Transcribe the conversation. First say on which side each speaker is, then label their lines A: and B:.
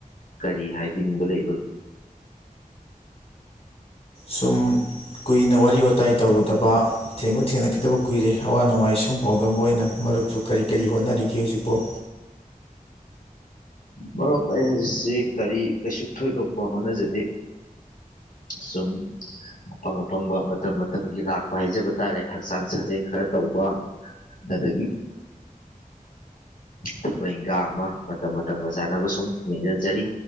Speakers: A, on the left (about 75°); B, on the left (about 45°).
A: ꯀꯔꯤ ꯍꯥꯏꯕꯤꯅꯤꯡꯕ ꯂꯩꯕ꯫
B: ꯁꯨꯝ ꯀꯨꯏꯅ ꯋꯥꯔꯤ ꯋꯥꯇꯥꯏ ꯇꯧꯔꯨꯗꯕ ꯊꯦꯡꯕ ꯊꯦꯡꯅꯈꯤꯗꯕ ꯀꯨꯏꯔꯦ ꯑꯋꯥ ꯅꯨꯡꯉꯥꯏ ꯁꯨꯝ ꯄꯥꯎꯗꯝ ꯑꯣꯏꯅ ꯃꯔꯨꯞꯁꯨ ꯀꯔꯤ-ꯀꯔꯤ ꯍꯣꯠꯅꯔꯤꯒꯦ ꯍꯧꯖꯤꯛꯄꫭ꯫
A: ꯃꯔꯨꯞ ꯑꯩ ꯍꯧꯖꯤꯛꯁꯤ ꯀꯔꯤ ꯀꯩꯁꯨ ꯊꯣꯏꯗꯣꯛꯄ ꯍꯣꯠꯅꯖꯗꯦ ꯁꯨꯝ ꯑꯐꯪ ꯑꯐꯪꯕ ꯃꯇꯝ ꯃꯇꯝꯒꯤ ꯂꯥꯛꯄ ꯍꯥꯏꯖꯕ ꯇꯥꯔꯦ ꯍꯛꯆꯥꯡ ꯁꯥꯖꯦꯜ ꯈꯔ ꯇꯧꯕ ꯑꯗꯒꯤ ꯊꯕꯛ ꯏꯪꯈꯥꯡ ꯑꯃ ꯃꯇꯝ ꯃꯇꯝꯒ ꯆꯥꯟꯅꯕ ꯁꯨꯝ ꯌꯦꯡꯁꯤꯟꯖꯔꯤ